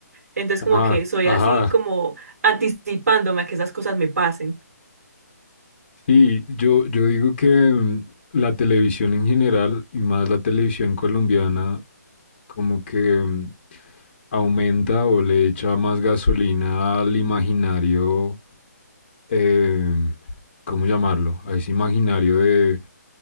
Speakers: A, on the right; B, on the left.
A: Entonces
B: Ajá,
A: como que soy
B: ajá.
A: así como anticipándome a que esas cosas me pasen.
B: Sí, yo, yo digo que mm, la televisión en general y más la televisión colombiana como que mm, aumenta o le echa más gasolina al imaginario, eh, ¿cómo llamarlo? A ese imaginario de,